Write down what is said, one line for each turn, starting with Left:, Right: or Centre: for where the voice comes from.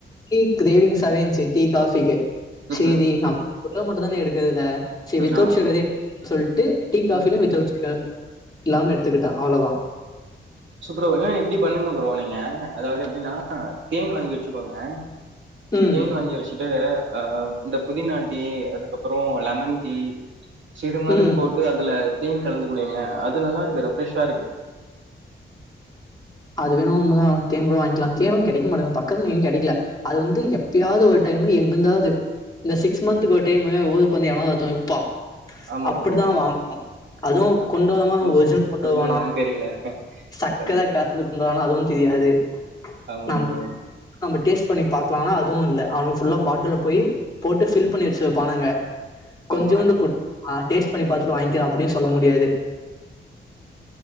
Left: டீ கிரேவிங்ஸாவ இருந்துச்சு டீ காபிக்கு
Right: ம்,
Left: சேரி
Right: ம்.
Left: நம்ம மட்டு தானே எடுக்கறதுல்ல செரி
Right: ம்.
Left: வித்தவுட்
Right: ஆமா.
Left: ஷுகர் ஏ எடுத்துக்குரே சொல்லிட்டு டீ காபிலேயு
Right: ம்.
Left: வித்தவுட் ஷுகர் இல்லாம எடுத்துக்கிட்டே அவ்ளவுதா
Right: சூ ப்ரோ இல்ல இப்பிடி பண்ணுங்க ப்ரோ நீங்க அதாவது எப்படின்னா தேன் வாங்கி வச்சுக்கோங்க
Left: ம்
Right: தேன் வாங்கி வச்சுட்டு ஆ இந்த புதினா டீ அதுக்கப்புறோ லெமன் டீ சி மாதிரி
Left: ம்
Right: போட்டு அதுல தேன் கலந்து குடிங்களே அது நல்லா இருக்கு ரெப்ரெஷ்ஷா இருக்கு
Left: அது வேணு உண்ம்தா தேன் கூட வாங்கிக்கலாங் தேனு கெடைக்க மாட்டக்கது பக்கத்துலு எங்கேயு கெடைக்கல அது வந்து எப்பயாவது ஒரு டைமு எங்க இருந்தாவது இந்த சிக்ஸ் மந்த்துக்கு ஒரு டைமு ஊருக்கு வந்து எவனாவது ஒருத்த விப்பா
Right: ஆமா
Left: அப்படிதா
Right: ப்ரோ
Left: வாங்குனோ அதுவு கொண்டு வரவ
Right: ஒர்ஜி
Left: ஒரிஜனல் கொண்டுவனா
Right: ஒரிஜினலான்னு தெரியல
Left: சக்கர
Right: கரெக்ட்
Left: கலந்து கொண்டுவருவானா அதுவு தெரியாது
Right: ஆமா
Left: நம்
Right: ப்ரோ
Left: நம்ப டேஸ்டு பண்ணி பாக்கலான்னா அதுவு இல்ல அவுனுங்க ஃபுல்லா பாட்டில்ல போயி போட்டு ஃபில் பண்ணி வெச்சுருபானாங்க கொஞ்சூண்டு
Right: ஆமா
Left: கு ஆ டேஸ்ட் பண்ணி பாத்துட்டு வாங்கிறே அப்பிடியு சொல்ல முடியாது